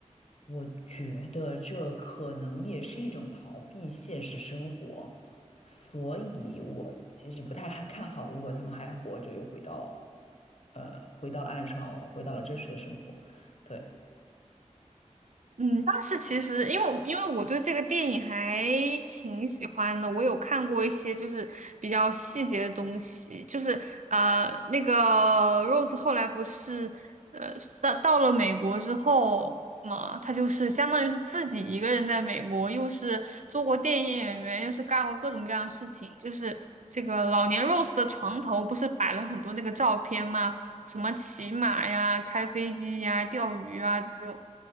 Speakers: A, on the left; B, on the right.
A: 我觉得这可能也是一种逃避现实生活，所以我其实不太还看好，如果他们还活着，又回到，呃，回到了岸上，回到了真实的生活，对。
B: 嗯，当时其实因为因为我对这个电影还挺喜欢的，我有看过一些就是比较细节的东西，就是呃那个 Rose 后来不是呃到到了美国之后嘛，她就是相当于是自己一个人在美国，又是做过电影演员，又是干过各种各样的事情，就是这个老年 Rose 的床头不是摆了很多那个照片吗？什么骑马呀、开飞机呀、钓鱼啊这种。